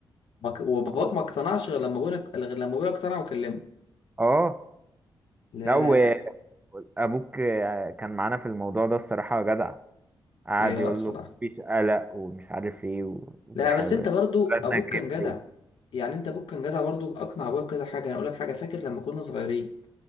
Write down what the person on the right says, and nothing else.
أهو.
اه
لا وابوك
كان معانا في الموضوع ده الصراحة جدع قعد
يقول
له مفيش قلق ومش عارف ايه و- وحاول
ولادنا
كبروا